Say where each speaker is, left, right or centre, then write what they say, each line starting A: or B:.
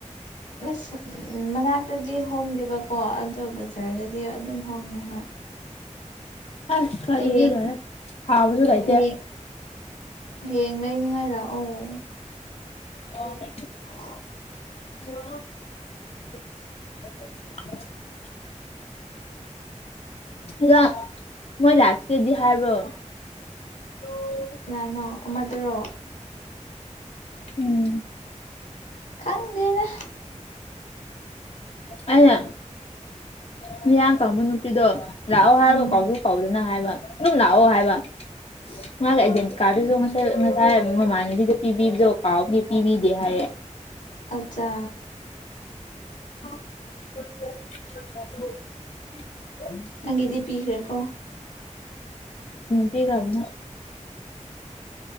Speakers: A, on the left; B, on the left.
A: ꯑꯁ ꯎꯝ ꯃꯅꯥꯛꯇꯗꯤ ꯍꯣꯡꯗꯦꯕꯀꯣ ꯑꯗꯣ ꯕꯖꯥꯔꯗꯗꯤ ꯑꯗꯨꯝ ꯍꯣꯡꯉꯦ ꯍꯥꯏ ꯫
B: ꯑꯁ ꯈꯖꯔꯦ
A: ꯍꯌꯦꯡ
B: ꯍꯥꯎꯕꯨꯁꯨ ꯂꯩꯇꯦ
A: ꯍꯌꯦꯡ ꯍꯌꯦꯡ ꯂꯩꯅꯤꯡꯉꯥꯏ ꯂꯥꯛꯑꯣ ꯫
B: <unintelligible>
A: <inaudible>
B: <unintelligible> <unintelligible> ꯑꯗꯣ ꯃꯣꯏ ꯂꯥꯛꯀꯦꯗꯤ ꯍꯥꯢꯕꯔꯣ <inaudible>
A: ꯀꯅꯥꯅꯣ ꯑꯃꯥꯗꯨꯔꯣ
B: ꯎꯝ
A: ꯈꯪꯗꯦꯗ
B: ꯑꯩꯅ ꯃꯌꯥꯡ ꯀꯪꯕ ꯅꯨꯄꯤꯗꯣ ꯂꯥꯛꯑꯣ ꯍꯥꯏꯔꯒ
A: ꯎꯝ
B: ꯀꯥꯎꯁꯨ ꯀꯧꯗꯅ ꯍꯥꯏꯕ ꯫ ꯑꯗꯨꯝ ꯂꯥꯛꯑꯣ ꯍꯥꯏꯕ ꯃꯥꯒ ꯑꯥꯏꯗꯦꯟꯇꯤ ꯀꯥꯔꯗꯨꯁꯨ
A: ꯎꯝ
B: ꯉꯁꯥꯏ ꯃꯃꯥꯟꯕꯤꯗꯣ ꯄꯤꯕꯤꯕꯗꯣ ꯀꯥꯎꯕꯒꯤ ꯄꯤꯕꯤꯗꯦ ꯍꯥꯏꯌꯦ꯫
A: ꯑꯆꯥ
B: <unintelligible> <unintelligible> ꯎꯝ
A: ꯅꯪꯒꯤꯗꯤ ꯄꯤꯈ꯭ꯔꯦꯀꯣ
B: ꯄꯤꯈꯔꯥꯕꯅꯦ